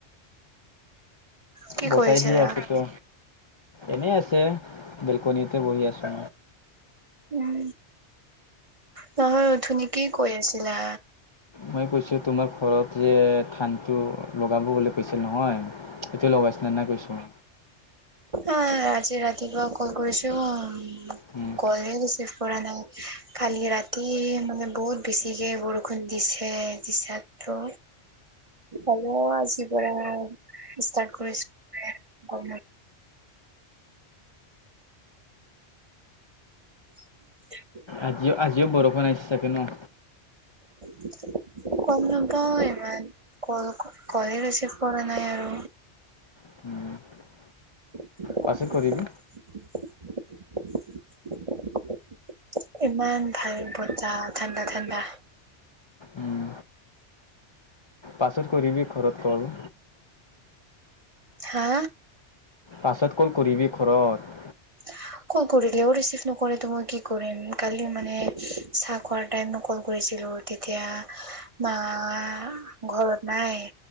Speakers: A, on the right; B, on the left.
A: কি
B: বচাই
A: কৈ আছিলা?
B: দিয়ে আছোতো, এনেই আছে, বেলকনিতে বহি আছো।
A: উম, নহয় অঠনি কি কৈ আছিলা।
B: মই কৈছোঁ তোমাৰ ঘৰত যে ধানটো লগাব বুলি কৈছে নহয়। এইটো লগাইছিলা না কৈছোঁ।
A: অ', আজি ৰাতিপুৱা কল কৰিছো মই।
B: উম।
A: কলে ৰিছিভ কৰা নাই, খালি ৰাতি মানে বহুত বেছিকে বৰষুণ দিছে। <unintelligible> টো, হলো আজি পৰা ষ্টাৰ্ট কৰিছো <unintelligible> <inaudible>
B: আজিও, আজিও বৰষুণ আহিছে চাগে ন।
A: <inaudible> গম নাপাওঁ ইমান, কল কলে ৰিচিভ কৰা নাই আৰু।
B: <inaudible>
A: <inaudible>
B: পাছত কৰিবি
A: ইমান ভাল বতাহ ঠাণ্ডা, ঠাণ্ডা।
B: উম পাছত কৰিবি ঘৰত কল।
A: হা?
B: পাছত কল কৰিবি ঘৰত।
A: <inaudible> কল কৰিলেও ৰিচিভ নকৰে ত' মই কি কৰিম, কালি মানে চাহ খোৱাৰ টাইমতো কল কৰিছিলোঁ তেতিয়া আহ, ঘৰত নাই।